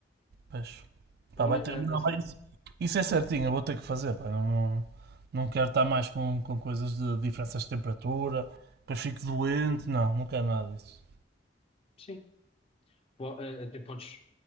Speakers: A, on the right; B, on the left.
A: Pois.
B: A
A: Pá,
B: uni-
A: vai ter,
B: a-
A: não,
B: a si-
A: vai- isso é certinho, eu vou ter que fazer, pá, não, não, não quero estar mais com, com coisas de diferenças de temperatura, que eu fico doente, não, não quero nada disso.
B: sim, Po- a- até podes.